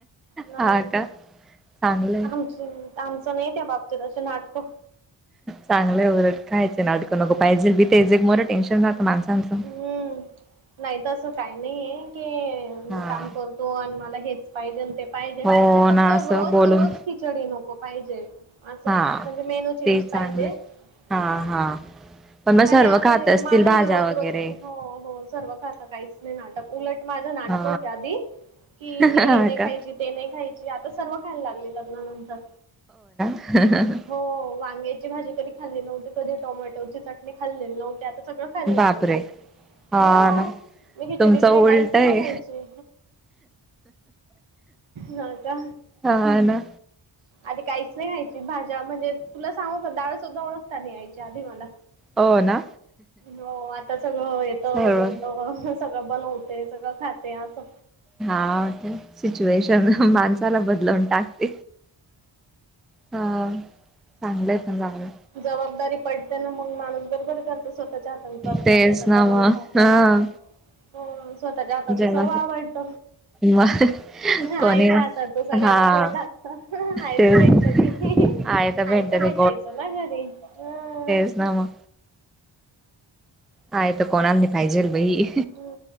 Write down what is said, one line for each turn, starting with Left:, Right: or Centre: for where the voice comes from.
Right: नाही
Centre: हा का चांगलंय
Right: आमच आमचं नाही त्या बाबतीत अस नाटकं
Centre: चांगलंय वग खायचं नाटकं नग पाहिजे बीतायचे मोर टेन्शन जातं माणसांचं
Right: हम्म नाही तर असं काही नाही आहे की मी
Centre: हा
Right: काम करतो आणि मला हेच पाहिजे आणि ते पाहिजे
Centre: हो
Right: फक्त
Centre: ना असं
Right: रोज
Centre: बोलून
Right: रोज खिचडी नको पाहिजे असो
Centre: हा
Right: म्हणजे मेनू चेंज
Centre: ते
Right: पाहिजे
Centre: चांगलं हा
Right: ह
Centre: हा पण मग सर्व
Right: आणि असं
Centre: खात असतील
Right: मलाही
Centre: भाज्या
Right: रोज
Centre: वगैरे
Right: रोज हो हो सर्व खातं काहीच नाही नाटक उलट माझं नाटक
Centre: हा
Right: होत आधी कि
Centre: हा
Right: मी हे नाही
Centre: का
Right: खायची ते नाही खायची आता सर्व खायला लागले लग्नानंतर
Centre: हा हा ह
Right: हो वांग्याची भाजी तरी खाल्ली नव्हती कधी टोमॅटोची चटणी खाल्लेली नव्हती आता सगळं खायला लागलं
Centre: बापरे
Right: मी
Centre: हा
Right: हो
Centre: ना
Right: मी घ्याय
Centre: तुमचं
Right: ोटशिवाय
Centre: उलट
Right: काहीच
Centre: आहे
Right: नाही खायचे ह का
Centre: हा ना
Right: आधी काहीच नाही खायची भाजी म्हणजे तुला सांगू का डा्या सुद्धा ओळखता नाही यायच्या आधी मला
Centre: हो ना
Right: हो आता सगळं येत
Centre: सर्व
Right: जमत सगळं बनवते सगळं खाते असं
Centre: हा सिच्युएशन
Right: हा
Centre: माणसाला बदलवून टाक ह चांगलंय पण जागलं
Right: जबाबदारी पडते ना मग माणूस बरोबर करतचत छोट चादण करतो
Centre: तेच
Right: छोटं
Centre: ना
Right: चादण
Centre: मग
Right: खातो
Centre: हा
Right: हो स्वतःच्या हाताच
Centre: जेव्हा
Right: सर्व आवडत
Centre: मग कोणी
Right: आईच्या हाताच सगळ्यांना
Centre: हा
Right: गडला आयता
Centre: तेच
Right: भेटलं की
Centre: आहे तर
Right: आयता
Centre: भेटत ते
Right: भेटायचो ना घरी अ
Centre: नाम हाय तर कोणा नाही पाहिजेल बई
Right: ह